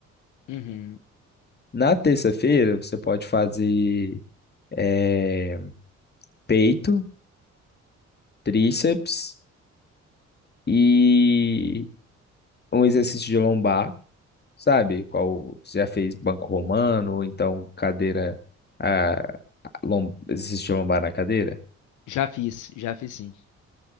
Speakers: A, on the left; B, on the left.
A: Uhum,
B: Na terça-feira, você pode fazer eh, peito, tríceps e um exercício de lombar, sabe? Qual você já fez banco romano, ou então cadeira, ah, lom- exercício de lombar na cadeira?
A: já fiz, já fiz sim.